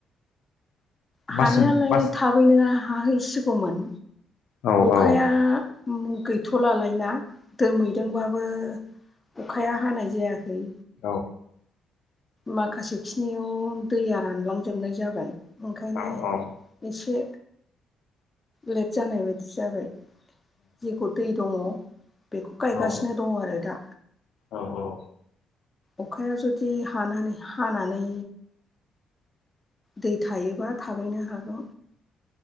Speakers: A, on the left; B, on the left.
A: हानायालाय
B: मासि मास
A: थाबैनो हाहैसिगौमोन
B: औ
A: अखाया
B: औ
A: ओम गैथ'लालायना दोमैदोंबाबो अखाया हानाय जायाखै
B: औ
A: माखासे खिनियाव दैया रानलांजोबनाय जाबाय ओंखायनो
B: औ औ
A: एसे लेट जानाय बादि जाबाय जेखौ दै दङ बेखौ गायगासिनो
B: औ
A: दङ आरो दा
B: औ औ
A: अखाया जुदि हानानै हानानै दै थायोबा थाबैनो हागौ